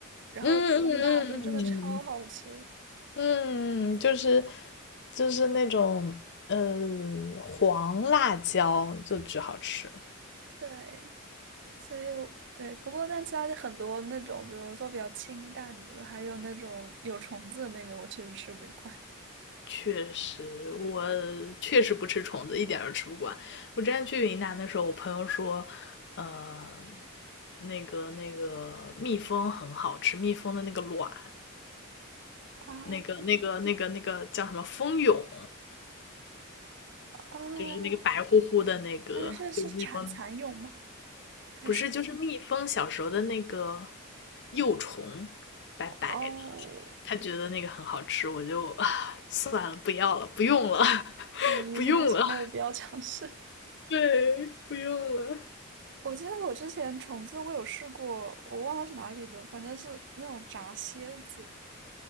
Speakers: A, on the right (about 55°); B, on the left (about 55°).
A: 然后那个辣就真的超好吃。
B: 嗯嗯嗯嗯嗯，就是就是那种呃黄辣椒就巨好吃。
A: 对，所以我对，不过但其他的很多那种，比如说比较清淡的，还有那种有虫子的那个，我确实吃不惯。
B: 确实，我确实不吃虫子，一点儿都吃不惯。我之前去云南的时候，我朋友说，呃，那个那个蜜蜂很好吃，蜜蜂的那个卵，
A: 啊
B: 那个那个那个那个叫什么蜂蛹，
A: 哦，
B: 就是那个白乎乎的那个，
A: 但是是蚕蚕蛹吗？
B: 就是蜜蜂，
A: 还是
B: 不是就是蜜蜂小时候的那个幼虫，白白的，
A: 哦，
B: 他觉得那个很好吃，我就啊算了，不要了，不用了，<laughs>
A: 对，有些东西没有必要尝试。
B: 不用了，<laughs> 对，不用了。
A: 我记得我之前虫子我有试过，我忘了是哪里的，反正是那种炸蝎子